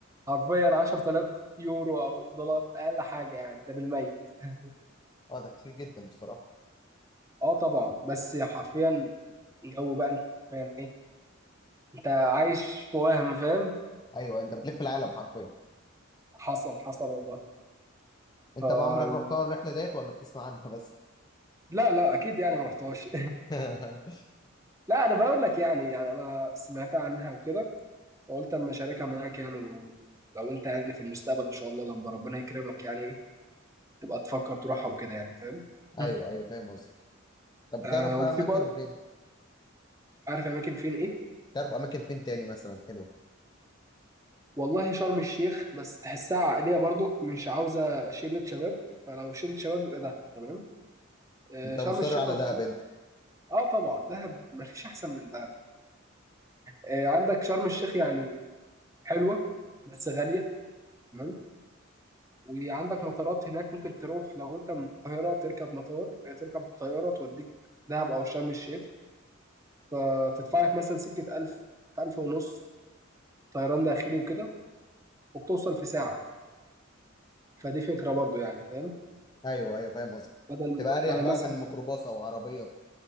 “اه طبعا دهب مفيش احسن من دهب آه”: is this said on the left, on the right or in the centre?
Right